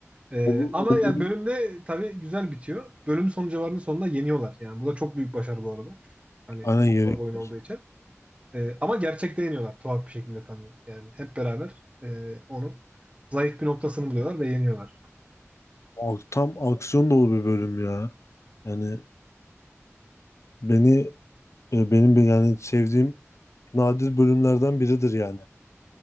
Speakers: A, on the right; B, on the left.
A: E,
B: O,
A: ama
B: o
A: yani
B: bölüm
A: bölümde tabii güzel bitiyor. Bölüm son cevabının sonunda yeniyorlar. Yani bu da çok büyük başarı bu arada. Hani
B: aynen
A: çok
B: yeniyorlar.
A: zor bir oyun olduğu için. E, ama gerçekte yeniyorlar tuhaf bir şekilde tabii. Yani hep beraber e, onu zayıf bir noktasını buluyorlar ve yeniyorlar.
B: O Tam aksiyon dolu bir bölüm ya. Yani beni e, benim bir yani sevdiğim nadir bölümlerden biridir yani.